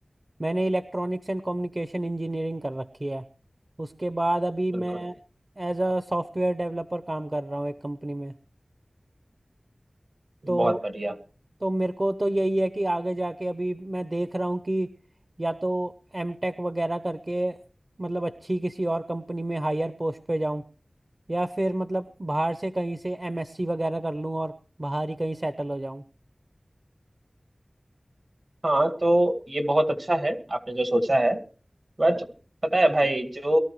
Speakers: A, on the right (about 40°); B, on the right (about 60°).
A: मैंने इलेक्ट्रॉनिक्स एंड कम्युनिकेशन इंजीनियरिंग कर रखी है उसके बाद अभी
B: बिल्कुल
A: मैं एज अ सॉफ्टवेयर डेवलपर काम कर रहा हूँ एक कंपनी में
B: बहुत
A: तो
B: बढ़िया
A: तो मेरे को तो यही है कि आगे जाके अभी मैं देख रहा हूँ कि या तो एम टेक वगैरह करके मतलब अच्छी किसी और कंपनी में हायर पोस्ट पे जाऊँ या फिर मतलब बाहर से कहीं से एमएससी वगैरह कर लूँ और बाहर ही कहीं सेटल हो जाऊँ
B: हाँ तो ये बहुत अच्छा है आपने जो सोचा है बट पता है भाई जो